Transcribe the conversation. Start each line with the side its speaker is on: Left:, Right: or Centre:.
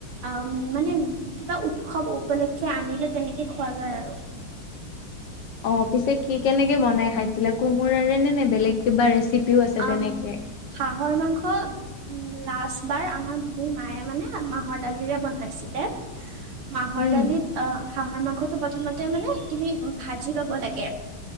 Right: অ' মানে কিবা উৎসৱ উপলক্ষে আনিলে তেনেকে খোৱা যায় আৰু।
Left: অ' পিছে কি কেনেকে বনাই খাইছিলে। কোমোৰাৰে নে নে বেলেগ কিবা ৰেচিপিও আছে
Right: আম
Left: তেনেকে।
Right: হাঁহৰ মাংস উম, লাষ্ট বাৰ আমাৰ মোৰ মায়ে মানে মাহৰ দালিৰে বনাইছিলে। মাহৰ
Left: উম
Right: দালিত অ' হাঁহৰ মাংসতটো প্ৰথমতে মানে তুমি ভাজি ল'ব লাগে।